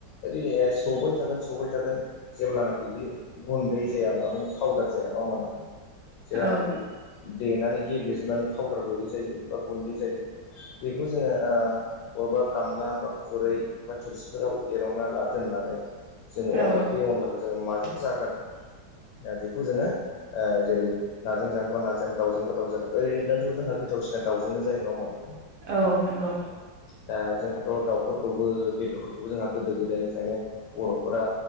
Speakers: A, on the left; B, on the right.
A: ओरै सौबाय थागोन सौबाय थागोन जेब्लानाखि बि गुन्दै जाया ना माने पाउदार जाया नङा होनबा नोंथां? जेलानाखि
B: औ
A: देनानै गेब्ले जोबनानै पाउदार बायदि जायो बा गुन्दै जायो बेखौ जोङो ओ बबा गामला बा खुरै बा थोरसिफोराव एरनना ला दोननानै जोङो
B: औ
A: बे अनला
B: औ
A: अनलाखौ जोङो माजों जागोन दा बेखौ जोङो ओ जेरै नाजों जानो बा नाजों दाावजोंबा दा ओरैनो जानोबो जोंहा गोथ गोथावसिना दाउजोंनो जायो नङा होमबा नोंथां?
B: औ नंगौ
A: दा जोंहा थ' दाउफोरखौबो बेदरफोरखौबो जोंहा गोदो गोदायनिफ्रायनो बर'फोरा